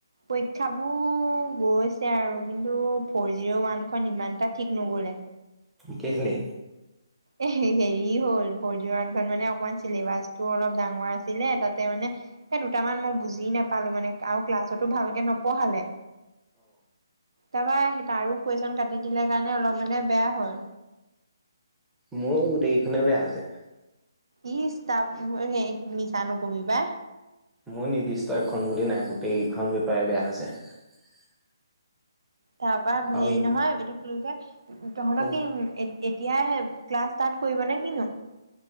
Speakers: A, on the right (about 80°); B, in the centre.
A: পৰীক্ষাবোৰ গৈছে আৰু কিন্তু ফ'ৰ জিৰ' ওৱানখন ইমান এটা ঠিক নগলে
B: কি খালি
A: এ হেৰি হ'ল ফৰ জিৰ ৱানখন মানে অকমান চিলেবাচটো অলপ ডাঙৰ আছিলে তাতে মানে স দুটামান মই বুজি নাপালো মানে আৰু ক্লাছতো ভালকে নপঢ়ালে তাৰপৰা তাৰো কুইশ্চ্যন কাটি দিলে কাৰণে অলপ মানে বেয়া হয়
B: মোৰ গোটেইকেইখনে বেয়া হৈছে
A: ইচ তাৰ মিচা নকবি বা
B: মোৰ নিৰ্দিষ্ট এখন বুলি নাই গোটেইকখন পেপাৰে বেয়া হৈছে
A: তাৰ পৰা
B: আৰু
A: হেৰি
B: ই
A: নহয় এইটো কুলকে তহঁতৰ
B: ক
A: কি এট এতিয়াই আহে ক্লাছ ষ্টাৰ্ট কৰিব নে কিনো